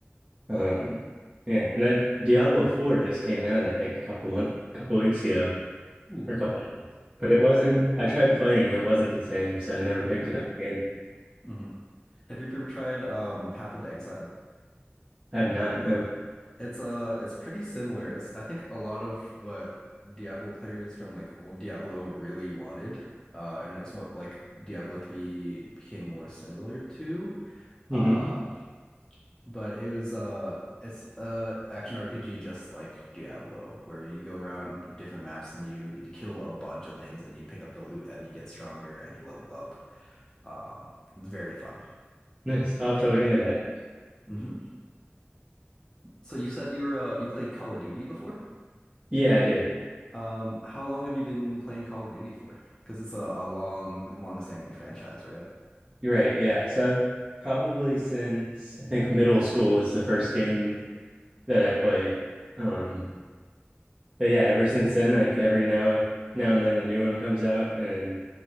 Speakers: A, on the right (about 25°); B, on the left (about 15°).
A: Um, yeah, and I, Diablo 4 just came out, I think, a couple month couple weeks ago
B: Ooh.
A: or a couple months. But it wasn't. I tried playing and it wasn't the same, so I never
B: Mm-hmm.
A: picked it up again.
B: Mm-hmm. Have you ever tried um, Path of Exile?
A: I have not. No.
B: It's uh it's pretty similar. It's I think a lot of what Diablo players from like old Diablo really wanted. Uh and it was what like Diablo 3 became more similar to.
A: hmm
B: Um but it was uh it's a action RPG just like Diablo where you go around different maps and you you kill a bunch of things and you pick up the loot and you get stronger and you level up. Um it's very fun.
A: Nice. I'll have to look into that.
B: hmm So you said you were uh, you played Call of Duty before?
A: Yeah, I do.
B: Um, how long have you been playing Call of Duty for? Because it's a, a long, long-standing franchise, right?
A: You're right. Yeah. So I've probably since I think middle school was the first game that I played. Um, but yeah, ever since then, like every now now and then a new one comes out and